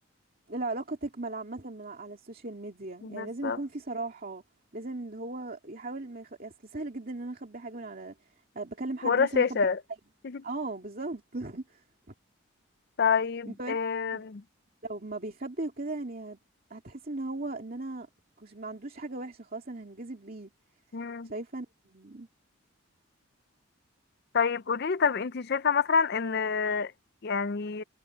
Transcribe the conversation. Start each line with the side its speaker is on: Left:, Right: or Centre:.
Right: العلاقه تكمل عامه من ع- على السوشيال ميديا
Left: بالظبط
Right: يعني لازم يكون في صراحه لازم اللي هو يحاول ما يخ... اصل سهل جدا ان انا اخبي حاجه من على أه، بكلم حد
Left: ورا
Right: مثلا
Left: شاشة
Right: اخبي
Left: <laughs>
Right: اه بالظبط <laughs>
Left: طيب
Right: كمان
Left: آم،
Right: ال- لو ما بيخبي وكده يعني هت... هتحس ان هو ان انا كش- ما عندوش حاجه وحشه خلاص انا هنجذب ليه
Left: مم،
Right: شايفه إن-
Left: طيب قوليلي طب انتي شايفة مثلا ان يعني